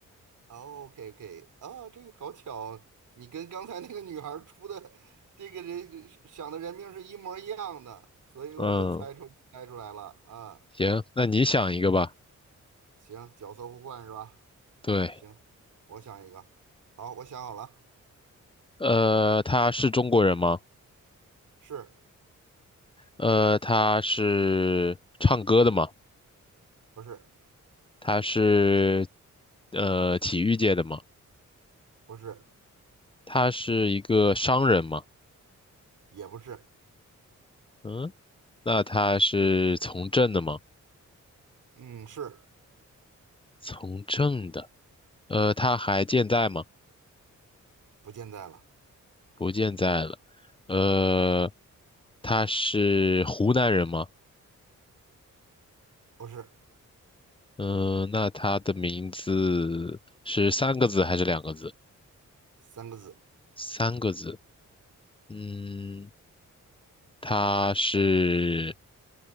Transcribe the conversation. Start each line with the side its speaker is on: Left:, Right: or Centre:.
Right: OK OK，啊，这个好巧，你跟刚才那个女孩儿出的这个人想的人名是一模一样的，所以我就猜出猜出来了啊。
Left: 嗯，行，那你想一个吧。
Right: 行，角色互换是吧？啊，
Left: 对，
Right: 行，我想一个。好，我想好了，
Left: 呃，他是中国人吗？
Right: 是
Left: 呃，他是唱歌的嘛，
Right: 不是？
Left: 他是呃体育界的嘛，
Right: 不是，
Left: 他是一个商人嘛，
Right: 也不是。
Left: 嗯，那他是从政的嘛，
Right: 嗯，是，
Left: 从政的，呃，他还健在吗？
Right: 不见在了，
Left: 不健在了，呃，他是湖南人吗？
Right: 不是，
Left: 嗯、那他的名字是三个字还是两个字？
Right: 三个字，
Left: 三个字，嗯。他是